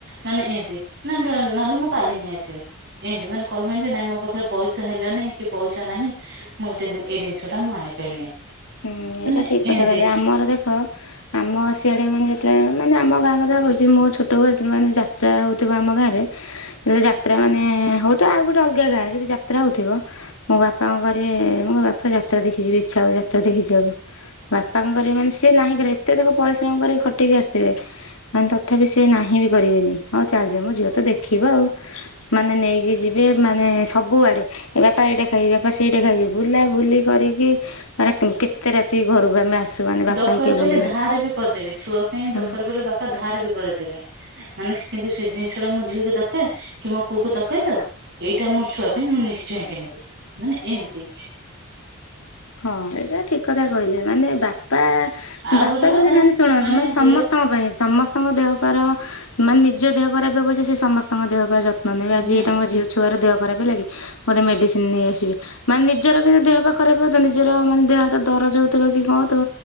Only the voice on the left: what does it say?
ହୁଁ
ଏଇଟା ଠିକ୍ କଥା
କହିଲେ ଆମର ଦେଖ ଆମ ସିଆଡେ ମାନେ ମାନେ ଆମ ଗାଁ କଥା କହୁଛି ମୁଁ ଛୋ ଛୋଟ ବୟସରେ ମାନେ ଯାତ୍ରା ହଉଥିବ ଆମ ଗାଁରେ ସେତ ଯାତ୍ରା ମାନେ ହଉଥିବ ଆଉ ଗୋଟେ ଅଲଗା ଗାଁରେ ଯଦି ଯାତ୍ରା ହଉଥିବ ମୋ ବାପା କଣ କରିବେ ମୋ ବାପା ଯାତ୍ରା ଦେଖି ଯିବ ବି ଇଚ୍ଛା ହଉ ଯାତ୍ରା ଦେଖି ଯିବାକୁ ବାପା କଣ କରିବେ ମାନେ ସିଏ ନାହିଁ କରିବେଏତେ ଦେଖ ପରିଶ୍ରମ କରିକ ଖଟିକି ଆସିଥିବେ ମାନେ ତଥାପି ସିଏ ନାହିଁ ବି କରିବେନି ହଉ ଚାଲଯିବା ମୋ ଝିଅ ତ ଦେଖ ଦେଖିବା ଆଉ ମାନେ ନେଇ ଇଏ ଯିବେ ମାନେ ସବୁଆଡେ ବାପା ଏଇଟା ଖାଇବେ ବାପା ସେଇଟା ଖାଇବି। ବୁଲାବୁଲି କରିକି ମାନେ କେତେ ରାତିକି ଘରକୁ ଆମେ ଆସୁ ମାନେ ବାପା
ହେରିକା
ବୁଲିକି
ହୁଁ।
ହଁ ଏଇଟା ଠିକ କଥା କହିଲେ ମାନେ ବା ପା
ବାପା
ବୋଲି
ମାନେ ଶୁଣ ମାନେ ସମସ୍ତଙ୍କ
ପାଇଁ ସମସ୍ତ ତାଙ୍କ ଦେହ ପାର ମାନେ ନିଜ ଦେହ ଖରାପ ବ୍ୟବ ସେ ସମ ତାଙ୍କ ଦେହ ପାଇଁ ଯତ୍ନ ନେବେ ଆଜି
ଏଇ ତାଙ୍କ ଝଅ ଛୁଆର ଦେହ ଖରାପ ଲାଗେ ଗୋଟେ ମେଡିସି ନେଇ ଆସିବି ମାନେ ନିଜର ଯ ଦେହ ପା ଖରାପ ନିଜର ମାନେ ଦେହ ହାତ ଦରଜ ହଉଥିବ କି କଣଉଥିବ